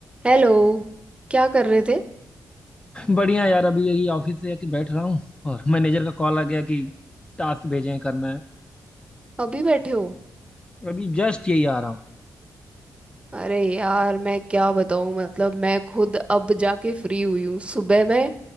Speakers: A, on the right; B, on the left.
A: Hello क्या कर रहे थे
B: बढ़िया यार अभी यही ऑफिस से आके बैठ रहा हूँ और मैनेजर का कॉल आ गया कि टास्क भेजे हैं करना है
A: अभी बैठे हो
B: अभी जस्ट यही आ रहा हूँ
A: अरे यार मैं क्या बताऊँ मतलब मैं खुद अब जाके फ्री हुई हूँ सुबह मैं